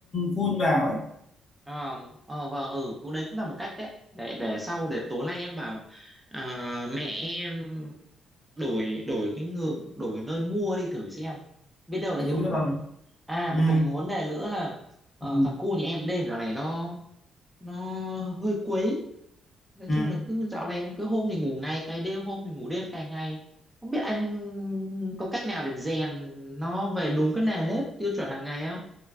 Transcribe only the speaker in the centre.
Ờ, ờ, vâng, ừ, cũng đấy cũng là một cách đấy. Để, để sau, để tối nay em bảo à, mẹ em đổi đổi cái ngược đổi nơi mua đi thử xem biết đâu là
hiệu quả
à
mà còn một vấn đề nữa là ờ,
thằng cu nhà em đêm dạo này nó nó hơi quấy nói
chung là cứ dạo này cứ hôm thì ngủ ngày cày đêm hôm thì ngủ đêm cày ngày không biết anh có cách nào để rèn nó về đúng cái nề nếp tiêu chuẩn hàng ngày không